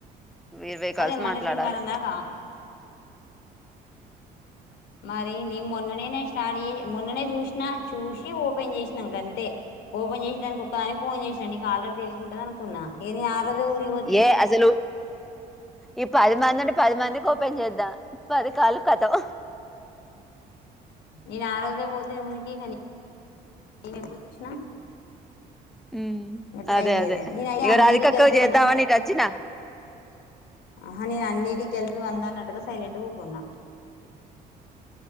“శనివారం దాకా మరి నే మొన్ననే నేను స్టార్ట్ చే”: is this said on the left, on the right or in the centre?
Left